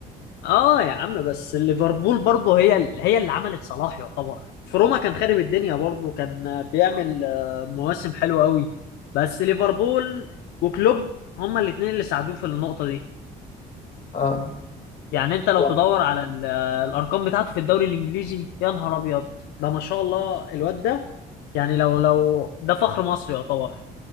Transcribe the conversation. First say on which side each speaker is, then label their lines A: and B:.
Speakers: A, on the left; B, on the left.
A: اه يا عم بس ليفربول برضه هي ال... هي اللي عملت صلاح يعتبر في روما كان خارب الدنيا برضه كان بيعمل
B: اه
A: آه، مواسم حلوه قوي بس ليفربول وكلوب هما الاثنين اللي ساعدوه في النقطه دي
B: آه.
A: يعني انت لو
B: و-
A: تدور على ال- الارقام بتاعته في الدوري الانجليزي يا نهار ابيض ده ما شاء الله الواد ده يعني لو لو ده فخر مصر يعتبر